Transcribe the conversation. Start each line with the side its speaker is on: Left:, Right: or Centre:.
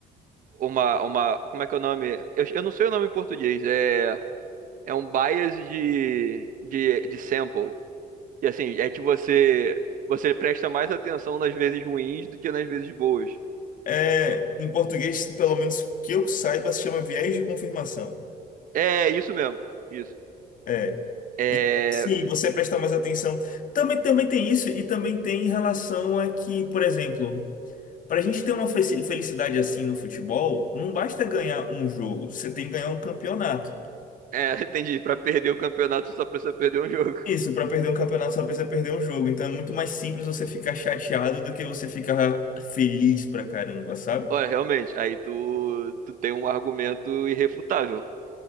Right: uma, uma, como é que é o nome? Eu, eu não sei o nome em português. É. é um bias de, de, de sample. E assim, é que você você presta mais atenção nas vezes ruins do que nas vezes boas.
Left: é, em português, pelo menos que eu saiba, se chama viés de confirmação.
Right: É isso mesmo. Isso.
Left: É.
Right: É,
Left: Sim, você presta mais atenção. Também, também tem isso, e também tem em relação a que, por exemplo, para a gente ter uma fe- felicidade assim no futebol, não basta ganhar um jogo, você tem que ganhar um campeonato.
Right: é <laughs> entendi, para perder o campeonato só precisa perder um jogo. <laughs>
Left: Isso, para perder um campeonato só precisa perder um jogo, então é muito mais simples você ficar chateado do que você ficar feliz pra caramba, sabe?
Right: Olha, realmente, aí tu, tu tem um argumento irrefutável.